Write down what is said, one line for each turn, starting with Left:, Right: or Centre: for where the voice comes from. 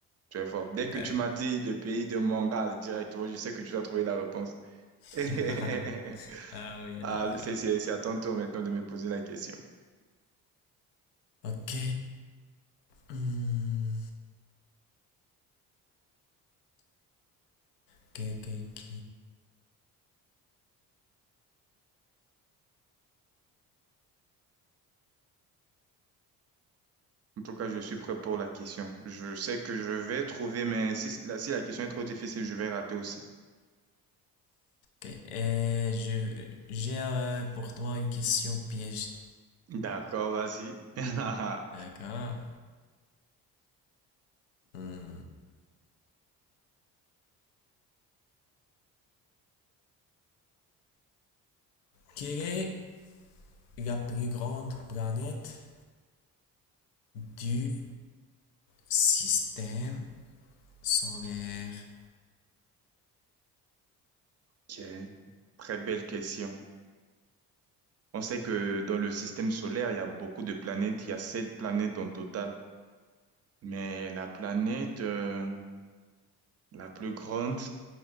Right: Tu es fort. Dès que
Left: D'ac-
Right: tu m'as dit le pays de manga, directement, je sais que tu vas trouver la réponse.
Left: <laughs>
Right: <laughs>
Left: Ah oui,
Right: Ah,
Left: d'accord.
Right: c'est, c'est, c'est à ton tour maintenant de me poser la question.
Left: Ok. Hmm. Ok, ok, ok.
Right: En tout cas, je suis prêt pour la question. Je sais que je vais trouver, mais si la, si la question est trop difficile, je vais rater aussi.
Left: ok. Et je, j'ai euh, pour toi une question piège.
Right: D'accord, vas-y. <laughs>
Left: D'accord. Hmm. Quelle est la plus grande planète du système solaire?
Right: Ok. Très belle question. On sait que dans le système solaire, il y a beaucoup de planètes. Il y a sept planètes en total. Mais la planète euh, la plus grande,